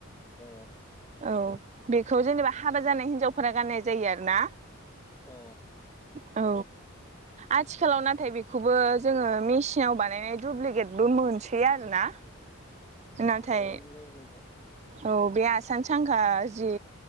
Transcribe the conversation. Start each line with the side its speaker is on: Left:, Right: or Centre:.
Left: अ
Right: औ। बेखौ जेनेबा हाबा जानाय हिन्जावफोरा गाननाय जायो आरो ना।
Left: अ
Right: औ। आथिखालाव नाथाय बेखौबो जोङो मेचिनाव बानायनाय दुुब्लिकेटबो मोनसै। गैया आरोना नाथाय।
Left: औ नंगौ नोंथां
Right: औ बे आसान सांखा जि।